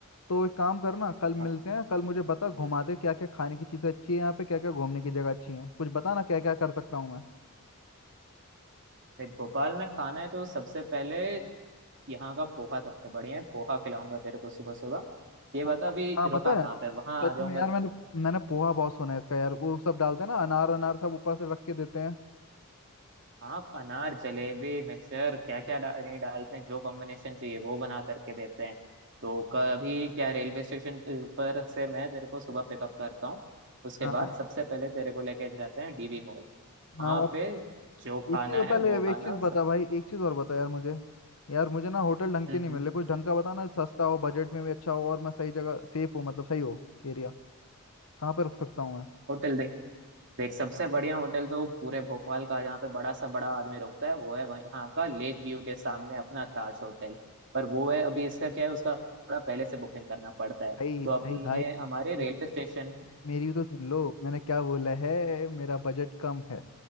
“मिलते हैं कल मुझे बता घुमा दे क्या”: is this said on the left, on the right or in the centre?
Left